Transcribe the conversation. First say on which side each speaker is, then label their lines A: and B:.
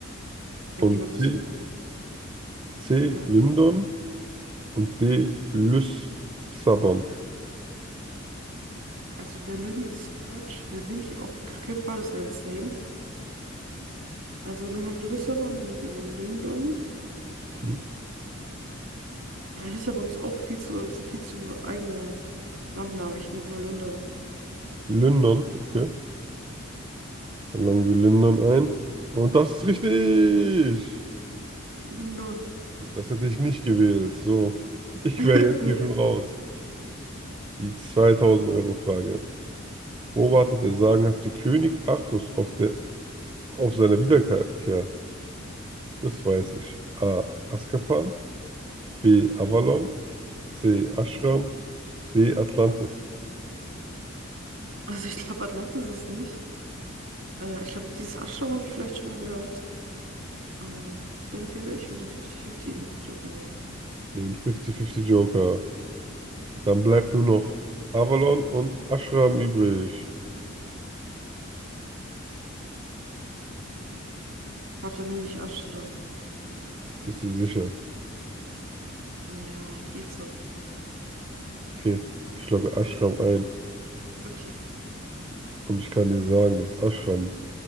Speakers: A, on the right; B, on the right.
A: und
B: Ja, genau,
A: C.
B: das ist kein.
A: C.
B: Ja,
A: London und D. Lissabon.
B: also Berlin ist Quatsch. Helsinki auch auf gar keinen Fall, das wäre insane. Also nur noch Lissabon und London.
A: Mhm.
B: Ja, Lissabon ist auch viel zu, das ist ein viel zu eigener Landname. Ich nehme mal London.
A: London, okay. Dann loggen wir London ein. Und das ist richtig!
B: London.
A: Das hätte ich nicht gewählt. So, ich
B: <laughs>
A: wäre jetzt hier schon raus. Die 2000-Euro-Frage. Wo wartet der sagenhafte König Artus auf der, auf seiner Wiederkehr? Das weiß ich. A. Azkaban. B. Avalon. C. Ashram. D. Atlantis.
B: Also ich glaube, Atlantis ist es nicht. Äh, ich glaube, dieses Ashram habe ich vielleicht schon mal gehört. Ähm, ich denke, ich würde den 50-50-Joker nehmen.
A: Den 50-50 Joker. Dann bleibt nur noch Avalon und Ashram übrig.
B: Ich glaube, dann nehme ich Ashram.
A: Bist du sicher?
B: Ja, geht so.
A: Okay, ich logge Ashram ein.
B: Okay.
A: Und ich kann dir sagen, dass Ashram